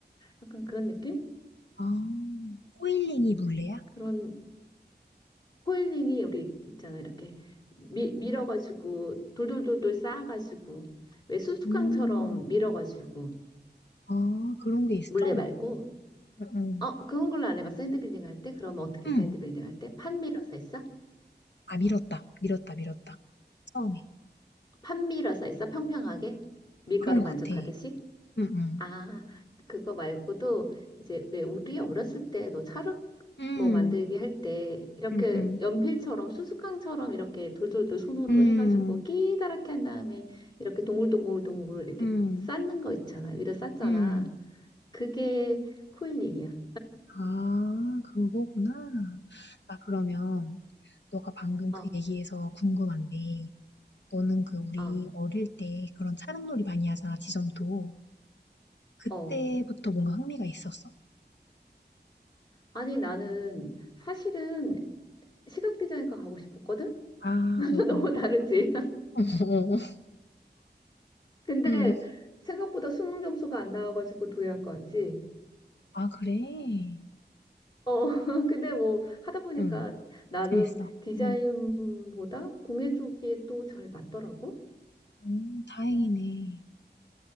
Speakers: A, on the left (about 25°); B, on the left (about 85°).
A: 약간 그런 느낌?
B: 아, 코일링이 물레야?
A: 그런 코일링이 우리 있잖아. 이렇게 미, 밀어가지고 돌돌돌돌 쌓아가지고 왜 수수깡처럼
B: 음,
A: 밀어가지고
B: 아, 그런 게 있어.
A: 물레 말고
B: 응. 응.
A: 어, 그런 걸로 안 해봐. 샌드빌딩 할 때? 그러면 어떻게
B: 응.
A: 샌드빌딩 할 때? 판 밀어서 했어?
B: 아, 밀었다. 밀었다. 밀었다. 처음에.
A: 판 밀어서 했어? 평평하게? 밀가루
B: 그런 것
A: 반죽하듯이?
B: 같아. 음,
A: 아, 그거 말고도 이제 왜 우리 어렸을 때 너 찰흙
B: 음,
A: 뭐 만들기 할 때 이렇게
B: 음, 음,
A: 연필처럼 수수깡처럼 이렇게 돌돌돌 손으로
B: 음, 음,
A: 해가지고 끼다랗게 한 다음에 이렇게 동글동글동글 이렇게
B: 음.
A: 쌓는 거 있잖아. 위로 쌓잖아.
B: 응
A: 그게 코일링이야.
B: 아, 그거구나. 나 그러면 너가 방금
A: 어,
B: 그 얘기에서 궁금한데, 너는 그 우리
A: 아,
B: 어릴 때 그런 차량놀이 많이 하잖아, 지점도. 그때부터
A: 어.
B: 뭔가 흥미가 있었어.
A: 아니 나는 사실은 시각 디자인과 가고 싶었거든?
B: 아,
A: <laughs>
B: 어,
A: 너무
B: 어.
A: 다르지? <laughs>
B: <laughs> 어,
A: 근데
B: 응응.
A: 생각보다 수능 점수가 안 나와가지고 도예학과 왔지.
B: 아, 그래?
A: 어, <laughs> 근데 뭐 하다 보니까
B: 응.
A: 나름
B: 재밌어.
A: 디자인보다
B: 응.
A: 공예 쪽이 또 잘 맞더라고.
B: 음, 다행이네.